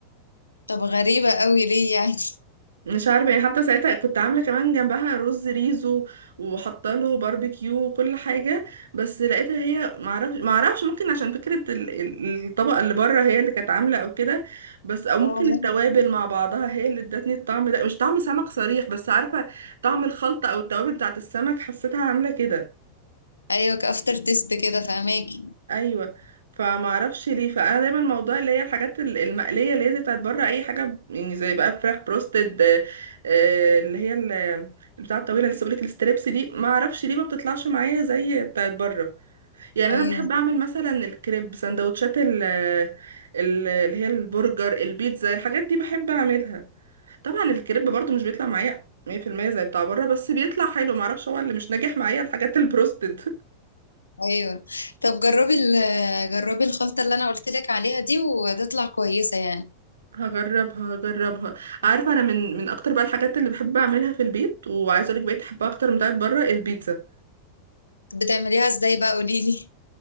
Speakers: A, on the left; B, on the right.
A: طب غريبه قوي ليه يعني <laughs>
B: مش عارفه يعني حتى ساعتها كنت عامله كمان جنبها رز ريزو وحاطه له باربيكيو وكل حاجه بس لقيتها هي معرفش معرفش ممكن عشان فكره ال- ال- الطبقه اللي بره هي اللي كانت عامله او كده بس او ممكن
A: آه، ممكن.
B: التوابل مع بعضها هي اللي ادتني الطعم ده مش طعم سمك صريح بس عارفه طعم الخلطه او التوابل بتاعت السمك حسيتها عامله كده
A: ايوه كافتر تيست كده فهماكي
B: ايوه فما اعرفش ليه فانا دايما موضوع اللي هي الحاجات ال- المقليه اللي هي زي بتاعت بره اي حاجه ب- يعني زي بقى فراخ بروستد آه، آه، اللي هي ال- البتاع الطويله اللي لسه بقولك الستريبس دي ما اعرفش ليه ما بتطلعش معايا زي بتاعت بره يعني
A: ايوه
B: انا بحب اعمل مثلا الكريب سندوتشات ال- ال- اللي هي البرجر البيتزا الحاجات دي بحب اعملها طبعا الكريب برضو مش بيطلع معايا 100% زي بتاع بره بس بيطلع حلو ما اعرفش هو اللي مش ناجح معايا الحاجات البروستد
A: ايوه طب جربي ال- جربي الخلطه اللي انا قلت لك عليها دي وتطلع كويسه يعني
B: هجربها هجربها عارفة أنا من من أكتر بقى الحاجات اللي بحب أعملها في البيت وعايزة أقولك بقيت أحبها أكتر من بتاعت بره البيتزا
A: بتعمليها ازاي بقى قولي لي